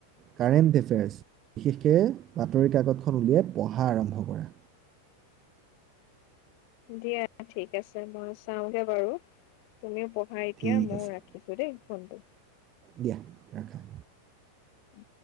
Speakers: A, on the right; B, on the left.
A: কাৰেণ্ট এফেয়াৰ্চ বিশেষকৈ বাতৰি কাকতখন উলিয়াই পঢ়া আৰম্ভ কৰা।
B: দিয়া ঠিক আছে মই চাওঁগে বাৰু তুমিও পঢ়া এতিয়া
A: ঠিক
B: ময়ো
A: আছে
B: ৰাখি। ৰাখো দেই ফোনটো।
A: দিয়া ৰাখা।
B: উম।